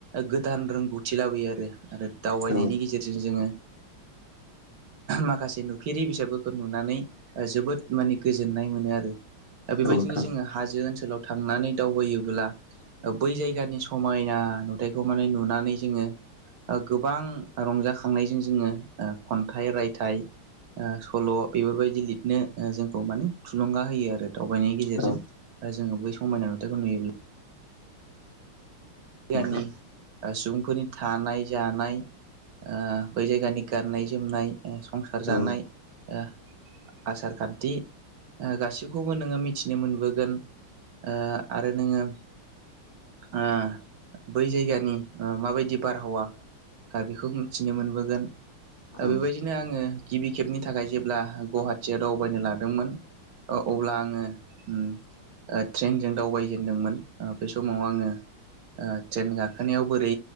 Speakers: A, on the right (about 70°); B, on the left (about 40°).
A: गोदान रोंगौथि लाबोयो आरो आरो दावबायनायनि
B: औ औ
A: गेजेरजों जोङो माखासे नुफेरि बिजाबफोरखौ नुनानै जोबोद माने गोजोननाय मोनो आरो दा बेबायदिनो
B: नोंथां
A: जोङो हाजो ओनसोलाव थांनानै दावबायोब्ला बै जायगानि समायना नुथायखौ माने नुनानै जोङो ओ गोबां रंजाखांनायजों जोङोओ खन्थाइ रायथाइ ओ‌सल' बेफोरबायदि लिरनो जोंखौ माने थुलुंगा होयो आरो दावबायनायनि गेजेरजों
B: औ
A: जोङो बै समायना नुथायखौ नुयोब्ला। गियानि
B: नोंथां
A: सुबुंफोरनि थानाय जानाय। ओ बै जायगानि गाननाय जोमनाय संसार जानाय
B: औ
A: ओ। आसार खान्थि गासिबखौबो नोङो मिथिनो मोनबोगोन। ओ आरो नोङो ओ। बै जायगानि माबायदि बारहावा ओ बेखौ मिथिनो मोनबोगोन।
B: औ
A: बेबायदिनो आङो गिबि खेबनि थाखाय जेब्ला गुवाहाटियाव दावबायनो लादोंमोन। अब्ला आङो उम। ओ ट्रेनजों दावबायजेनदोंमोन बे समाव आङो। ओ ट्रेन गाखोनायाव बोरै